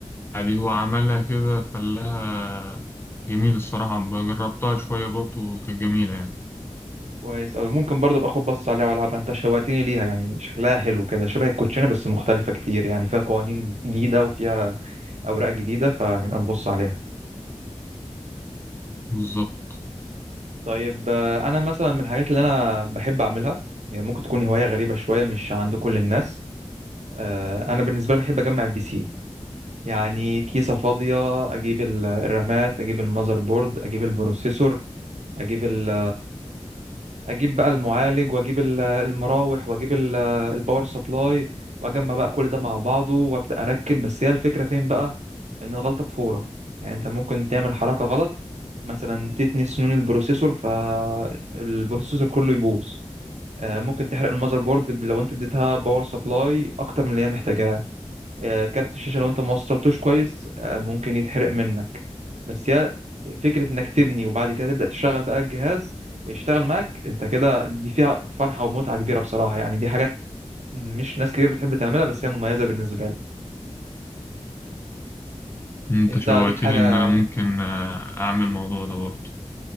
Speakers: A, on the left; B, on the right.
A: عادي هو عملها كده خلاها جميل الصراحة جربتها شوية برضه كانت جميلة يعني
B: كويس أوي ممكن برضه أبقى أخد بص عليها وألعبها أنت شوقتني ليها يعني شكلها حلو كده شبه الكوتشينة بس مختلفة كتير يعني فيها قوانين جديدة وفيها أوراق جديدة فنبقى نبص عليها
A: بالظبط
B: طيب آه، أنا مثلا من الحاجات اللي أنا بحب أعملها هي ممكن تكون هواية غريبة شوية مش عند كل الناس آه، أنا بالنسبة لي بحب أجمع البي سي يعني كيسة فاضية أجيب ال- الرامات أجيب المذر بورد أجيب البروسيسور أجيب ال... أجيب بقى المعالج وأجيب ال- المراوح وأجيب ال- الباور سبلاي وأجمع بقى كل ده مع بعضه وأبدأ أركب بس هي الفكرة فين بقى إن الغلطة بفورة يعني أنت ممكن تعمل حركة غلط مثلا تتني سنون البروسيسور فالبروسيسور كله يبوظ آه، ممكن تحرق المذر بورد لو انت اديتها باور سبلاي اكتر من اللي هي محتاجاه آه، كارت الشاشه لو انت ما وصلتوش كويس آه، ممكن يتحرق منك بس هي فكرة انك تبني وبعد كده تبدأ تشتغل بقى الجهاز ويشتغل معاك انت كده دي فيها فرحة ومتعة كبيرة بصراحة يعني دي حاجات مش ناس كتير بتحب تعملها بس هي مميزة بالنسبة لك
A: انت
B: انت
A: شوقتني
B: ليك حاجة
A: ان انا ممكن آه، اعمل الموضوع ده برضه